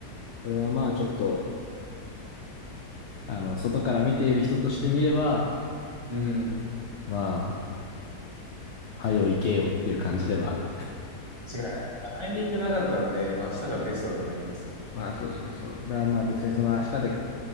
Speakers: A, on the left; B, on the right.
A: これはまあ、ちょっと、あの、外から見ている人として見れば、
B: うん。
A: まあ、はよ行けよっていう感じではある。
B: 違いない。まあタイミングなかったんで、まあ明日がベストではありますよね。
A: まあ、そうそうそう。だからまあ別にその明日で、